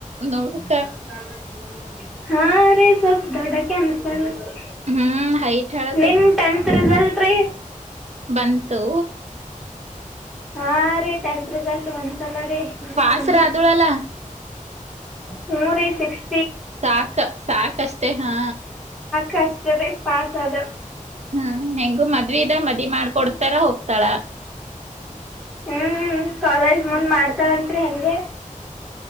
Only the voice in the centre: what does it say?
<unintelligible> ಹಾ ರಿ ಸಲ್ಪ್ ದೊಡ್ಡಾಕಿ ಅನ್ನಿಸ್ತಾಳ್ ಅಕಿ.
ನಿನ್ ಟೆಂತ್ ರಿಸಲ್ಟ್ ರೀ
ಹಾ ರೀ ಟೆಂತ್ ರಿಸಲ್ಟ್ ಬನ್ ತಲ್ಲ ರೀ ನಿಮ್
ತಂಗಿ
ಹೂ ರಿ ಸಿಕ್ಸ್
ಕಷ್ಟದೆ ಪಾಸಾದ.
ಹ್ಮ್ ಕಾಲೇಜ್ ಮುಂದ್ ಮಾಡ್ತಳಂತ್ರಿ ಹೆಂಗೆ.